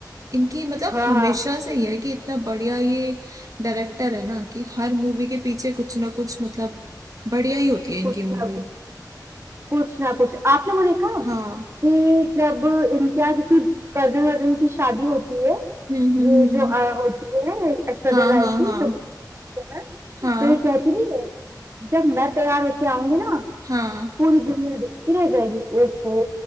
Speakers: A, on the right; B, on the right.
A: इनकी मतलब
B: हाँ
A: हमेशा
B: हाँ
A: से ही है कि इतना बढ़िया ये डायरेक्टर है ना कि हर मूवी के पीछे कुछ ना कुछ मतलब बढ़िया ही होती है इनकी
B: कुछ
A: मूवी
B: ना कुछ कुछ ना कुछ आपने वो देखा
A: हाँ
B: कि जब इनके यहाँ किसी कजन वजन की शादी होती है
A: हम्म हम्म
B: ये
A: हम्म
B: जो अ, होती है ऐश्वर्या
A: हाँ
B: राय
A: हाँ
B: की
A: हाँ
B: जो बच्चन है,
A: हाँ
B: तो ये कहती नहीं है जब मैं तैयार होके आऊंगी ना
A: हाँ
B: पूरी दुनिया देखती रह जाएगी ओफो